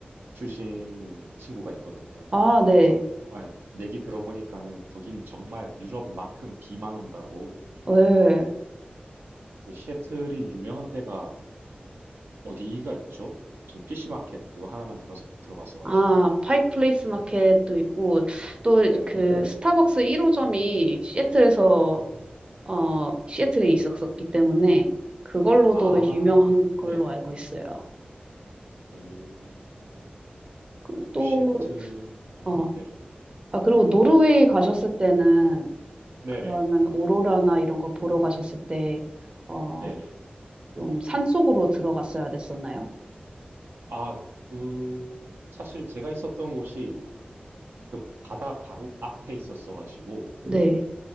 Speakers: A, on the right; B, on the right.
A: 출신인 친구가 있거든요.
B: 아, 네.
A: 거, 아, 얘기 들어보니까는 거긴 정말 유럽만큼 비만 온다고.
B: 네.
A: 네. 근데 시애틀이 유명한 데가 어디가 있죠? 전 PC 마켓 그거 하나만 들어서 들어봤어가지고.
B: 아, 파이크 플레이스 마켓도 있고, 또
A: 네네.
B: 그 스타벅스 1호점이 시애틀에서
A: 음,
B: 어, 시애틀에 있었었기 때문에 그걸로도
A: 아,
B: 유명한 걸로
A: 네네.
B: 알고 있어요.
A: 오,
B: 그
A: 오,
B: 또,
A: 시애틀, 날-
B: 어,
A: 네네.
B: 아, 그리고 노르웨이 가셨을 때는
A: 네네.
B: 그러면 오로라나 이런 거 보러 가셨을 때, 어,
A: 네네.
B: 좀 산속으로 들어갔어야 됐었나요?
A: 아, 그, 사실 제가 있었던 곳이 그 바다 바로 앞에 있었어가지고,
B: 네.